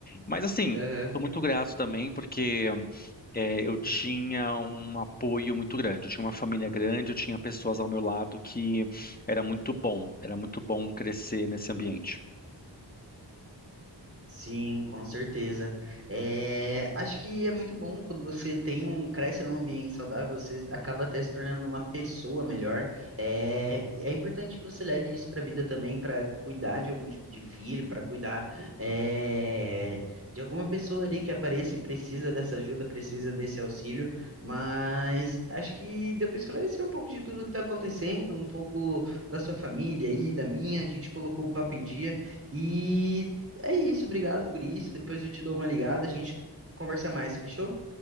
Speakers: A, on the left; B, on the right.
A: Mas assim,
B: Aham.
A: tô muito grato também, porque é, eu tinha um apoio muito grande, eu tinha uma família grande, eu tinha pessoas ao meu lado que era muito bom, era muito bom crescer nesse ambiente.
B: Sim, com certeza. É, acho que é muito bom quando você tem um, cresce num ambiente saudável, você acaba até se tornando uma pessoa melhor. É, é importante que você leve isso para a vida também, para cuidar de algum tipo de filho, para cuidar, é, de alguma pessoa ali que apareça e precisa dessa ajuda, precisa desse auxílio. Mas acho que deu para esclarecer um pouco de tudo que está acontecendo, um pouco da sua família e da minha. A gente colocou o papo em dia. E é isso, obrigado por isso. Depois eu te dou uma ligada, a gente conversa mais, fechou?